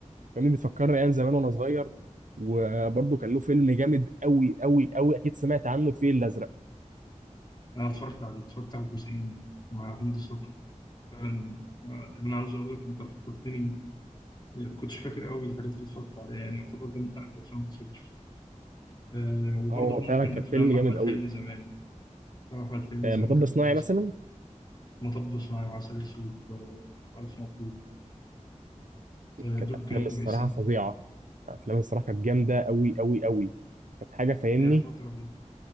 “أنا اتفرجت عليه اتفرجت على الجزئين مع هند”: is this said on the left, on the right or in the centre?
Left